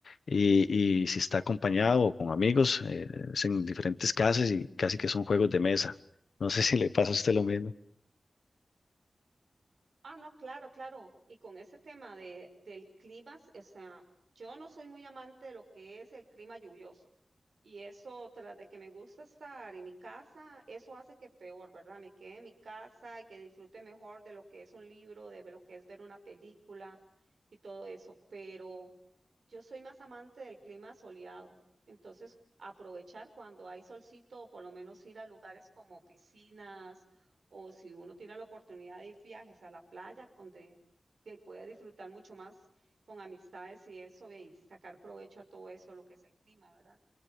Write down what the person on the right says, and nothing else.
Ah, no, claro, claro. Y con ese tema de, del clima, o sea, yo no soy muy amante de lo que es el clima lluvioso. Y eso, tras de que me gusta estar en mi casa, eso hace que peor, ¿verdad? Me quede en mi casa y que disfrute mejor de lo que es un libro, de lo que es ver una película y todo eso. Pero yo soy más amante del clima soleado, entonces aprovechar cuando hay solcito o por lo menos ir a lugares como piscinas o si uno tiene la oportunidad de ir viajes a la playa donde que puede disfrutar mucho más con amistades y eso y sacar provecho a todo eso, lo que es el clima, ¿verdad?